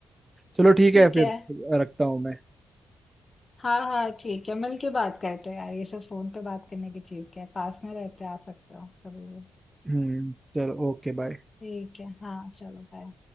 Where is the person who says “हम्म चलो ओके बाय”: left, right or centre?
Right